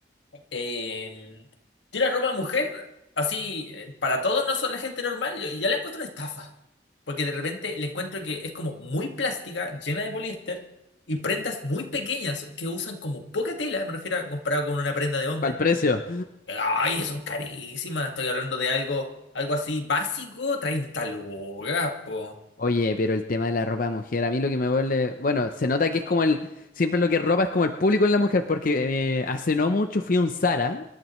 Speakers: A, on the left; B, on the left.
A: Eh, tira ropa de mujer, así, eh, para todos no son la gente normal, yo ya la encuentro una estafa. Porque de repente le encuentro que es como muy plástica, llena de poliéster, y prendas muy pequeñas que usan como poca tela, me refiero a comparado con una prenda de hombre.
B: Para el precio.
A: Ay, son carísimas, estoy hablando de algo, algo así básico, 30 lucas, po.
B: Oye, pero el tema de la ropa de mujer, a mí lo que me vuelve, bueno, se nota que es como el, siempre lo que es ropa es como el público en la mujer, porque eh, hace no mucho fui a un Zara,